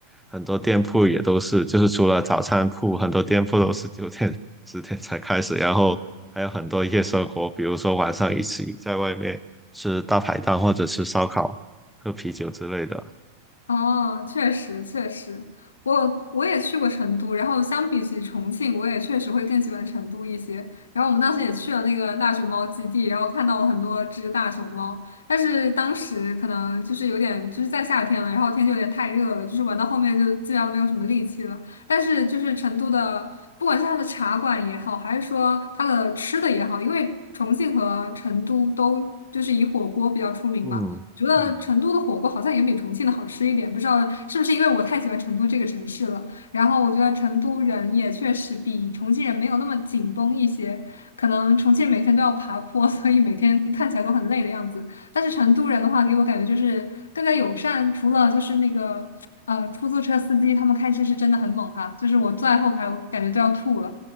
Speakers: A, in the centre; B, on the left.
A: 很多店铺也都是，就是除了早餐铺，很多店铺都是九点十点才开始，然后还有很多夜生活，比如说晚上一起在外面吃大排档或者吃烧烤、喝啤酒之类的。
B: 哦，确实确实，我我也去过成都，然后相比起重庆，我也确实会更喜欢成都一些。然后我们当时也去了那个大熊猫基地，然后看到了很多只大熊猫，但是当时可能就是有点就是在夏天了，然后天气有点太热了，就是玩到后面就基本上没有什么力气了。但是就是成都的，不管是它的茶馆也好，还是说它的吃的也好，因为重庆和成都都就是以火锅比较出名嘛。
A: 嗯嗯，
B: 觉得成都的火锅好像也比重庆的好吃一点，不知道是不是因为我太喜欢成都这个城市了。然后我觉得成都人也确实比重庆人没有那么紧绷一些，可能重庆每天都要爬坡，<laughs> 所以每天看起来都很累的样子。但是成都人的话，给我感觉就是更加友善，除了就是那个呃出租车司机，他们开车是真的很猛哈，就是我坐在后排，我感觉都要吐了。